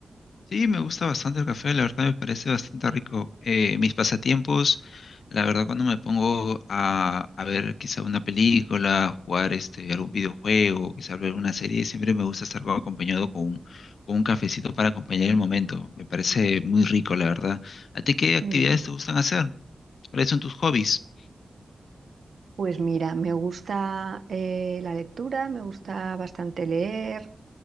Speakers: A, on the left; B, on the right.
A: Sí, me gusta bastante el café, la verdad me parece bastante rico. Eh, mis pasatiempos, la verdad cuando me pongo a, a ver quizá una película, jugar este, algún videojuego, quizá ver una serie, siempre me gusta estar acompañado con, un- con un cafecito para acompañar el momento. Me parece muy rico, la verdad. ¿A ti qué actividades
B: Mm.
A: te gustan hacer? ¿Cuáles son tus hobbies?
B: Pues mira, me gusta eh, la lectura, me gusta bastante leer.